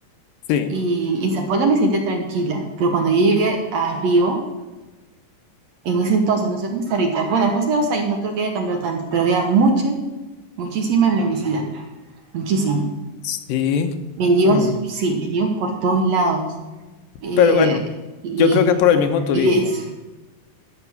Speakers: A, on the left; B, on the right.
A: Sí,
B: y en Sao Paulo me sentía tranquila, pero cuando yo llegué a Río, en ese entonces, no sé cómo está ahorita, bueno, fue hace dos años, no creo que haya cambiado tanto, pero había mucha, muchísima mendicidad, muchísima.
A: sí.
B: Mendigos,
A: Mm.
B: sí, mendigos por todos lados. Eh,
A: Pero bueno,
B: y,
A: yo creo que es por el mismo turismo.
B: y es-